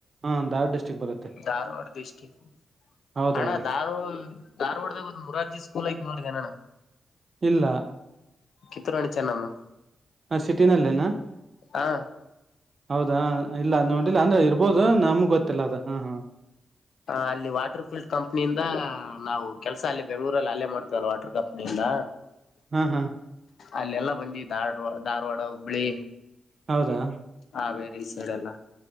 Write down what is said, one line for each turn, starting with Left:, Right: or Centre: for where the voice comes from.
Right: ಹಾ ಧಾರ್ವಾಡ ಡಿಸ್ಟ್ರಿಕ್ ಬರುತ್ತೆ
Left: ಧಾರವಾಡ ಡಿಸ್ಟಿಕ್
Right: ಹೌದೌದು
Left: ಅಣ್ಣ ಧಾರ್ವಾ ಧಾರ್ವಾಡ್ದಾಗ ಮುರಾರ್ಜಿ ಸ್ಕೂಲ್ ಐತ್ ನೋಡಿದ್ದೇನ ಅಣ್ಣ
Right: ಇಲ್ಲ
Left: ಕಿತ್ತು ರಾಣಿ ಚೆನ್ನಮ್ಮ
Right: ಸಿಟಿನಲ್ಲೇನಾ
Left: ಹಾ
Right: ಹೌದಾ ಇಲ್ಲ ನೋಡಿಲ್ಲ ಅಂದ್ರೆ ಇರ್ಬೋದು ನಮ್ಗ್ ಗೊತ್ತಿಲ್ಲ ಅ ಹಾ ಹಾ
Left: ಹ ಅಲ್ಲಿ ವಾಟರ್ ಫುಲ್ಡ್ ಕಂಪ್ನಿಯಿಂದ ನಾವು ಕೆಲಸ ಅಲ್ಲಿ ಬೆಂಗ್ಗಳೂರಲ್ಲಿ ಅಲ್ಲೇ ಮಾಡ್ತೇವಲ್ಲ ವಾಟರ್ ಕಂಪ್ನಿಯಿಂದ
Right: ಹ್ಮ್ ಹ್ಮ್
Left: ಅಲ್ಲೆಲ್ಲಾ ಬಂದಿವಿ ಧಾರ್ವಾ ಧಾರವಾಡ ಹುಬ್ಬಳಿ
Right: ಹೌದಾ
Left: ಹಾ ಬೇರೆ ಈ ಸೈಡಲ್ಲ